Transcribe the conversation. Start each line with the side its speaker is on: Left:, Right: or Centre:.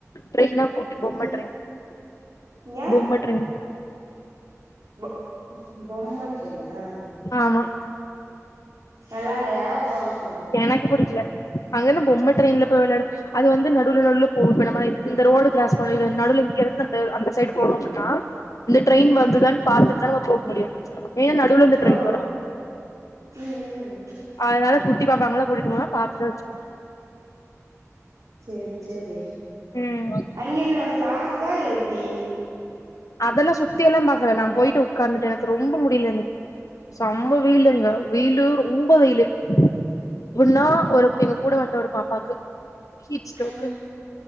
Left: ட்ரெயினாப் கூட்டு பொம்ம
Right: ம்
Left: ட்ரெயின்
Right: ஏ
Left: பொம்ம ட்ரெயின்
Right: பொ பொம்ம ட்ரெயினா
Left: ஆமா
Right: நல்லா இல்லயா இல்ல ஓகே வா
Left: எனக்கு புடிக்ல அங்கென்ன பொம்ம ட்ரெயின்ல போய் வெளையாட அது வந்து நடுவுல நடுல போனு பண்ணமாரி நம்ம இந்த ரோடு கிராஸ் பண் நடுல இங்கருந்து அந்த அந்த சைடு போனு அப்புன்னா இந்த ட்ரெயின்
Right: ம்
Left: வந்துதான் பாத்துட்டு தா நம்ம போக முடியு ஏனா நடுல இந்த ட்ரெயின்
Right: ஓ
Left: வரு
Right: ம் ம்
Left: அதனால குட்டி பாப்பாங்கலா கூட்டிட்டு போனா பாத்துதா வெச்சுக்கனு
Right: செரி செரி
Left: ம்
Right: அங்கென்ன ஃப்ளார்ஸா இல்ல எப்டி
Left: அதெல்லா சுத்தி எல்லாம்பாக்கல நா போயிட்டு உக்காந்துட்ட எனக்கு ரொம்ப முடில இன்னைக்கி செம்ம வெயுலுங்க வெயிலு ரொம்ப வெயிலு இப்னா ஒரு எங்க கூட வந்த ஒரு பாப்பாக்கு ஹீட் ஸ்டோக்கு
Right: ம்